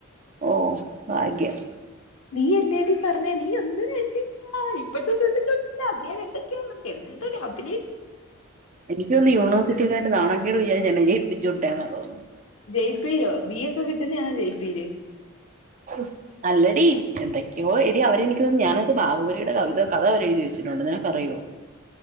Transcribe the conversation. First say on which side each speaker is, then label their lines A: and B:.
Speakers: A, on the right; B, on the left.
A: ഓഹ് ഭാഗ്യം
B: നീ എല്ലേടി പറഞ്ഞെ നീ ഒന്ന്നും എഴുതീല്ലാ ഇപ്പഴ്ത്തെ <unintelligible> അദ്ദേഹം എന്തൊക്കെയാ നട് എന്തൊര അഭി
A: എനിയ്ക്ക് തോന്ന്ന്ന് യൂണിവേഴ്സിറ്റിക്കാര് നാണക്കേട് വിചാരിച്ച് എന്നെ ജയിപ്പിച്ചു വിട്ടേന്നാ തോന്ന്ന്നേ
B: ജയ്പീരോ ബി ഒക്കെ കിട്ടുന്നയാണോ ജയ്പീര്
A: <unintelligible> അല്ലടീ എന്തെക്ക്യോ എടി അവരെ എനിക്ക് തോന്ന്ന്ന് ഞാനാത്ത് ബാഹുവലിടെ കവിത കഥ വരെ എഴുതി വെച്ചിട്ടുണ്ട് നിനക്ക് അറിയോ